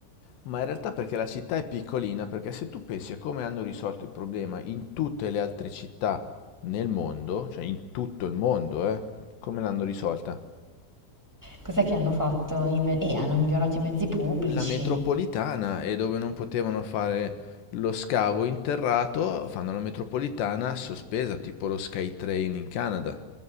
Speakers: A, on the left; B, in the centre.
A: Ma in realtà perché la città è piccolina, perché se tu pensi a come hanno risolto il problema in tutte le altre città nel mondo, cioè in tutto il mondo, eh, come l'hanno risolta?
B: Cos'è che hanno fatto? I me- eh, hanno migliorato i mezzi pubblici,
A: La metropolitana e dove non potevano fare lo scavo interrato, fanno la metropolitana sospesa, tipo lo SkyTrain in Canada.